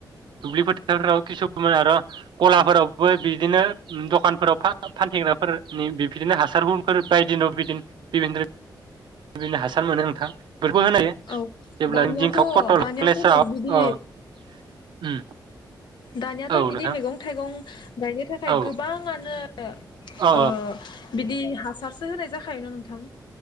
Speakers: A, on the right; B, on the left.
A: दुब्लि फोथारफ्राव खिसुमान आरो गलाफोरावबो बिदिनो ओ दखानफोराव फान फानथिंग्राफोरनि बिदिनो हासारफोर बायदिन' बिदिनो बिभिन रो बिदिनो हासार मोनो नोंथां। बेफोरखौ होनो जेब्ला
B: औ दानियाथ'
A: जिंखा पटल
B: दानियाथ'
A: क्लेस औ
B: बिदि
A: उम
B: दानियाथ'
A: औ
B: बिदि
A: नोंथां
B: मैगं थाइगं गायनो थाखाय
A: औ
B: गोबाङानो ओ
A: औ
B: ओ बिदि हासारसो होनाय जाखायोन नोंथां?